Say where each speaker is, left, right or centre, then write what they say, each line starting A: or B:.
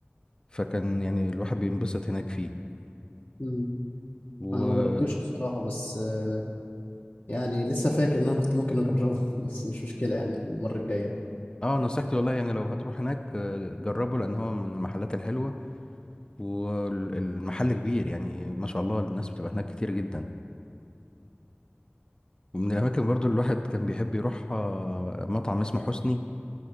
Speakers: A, on the left; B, on the left.
A: فكان يعني الواحد بينبسط هناك فيه
B: مم.
A: و
B: أنا ما جربتوش الصراحة بس آه، يعني لسه فاكر إن أنا كنت ممكن أجربه <laughs> بس مش مشكلة يعني المرة الجاية بقى
A: اه نصيحتي والله يعني لو هتروح هناك آه، جربه لأن هو من المحلات الحلوة والمحل كبير يعني ما شاء الله الناس بتبقى هناك كتير جدا ومن الأماكن برضه اللي الواحد كان بيحب يروح آه، مطعم اسمه حسني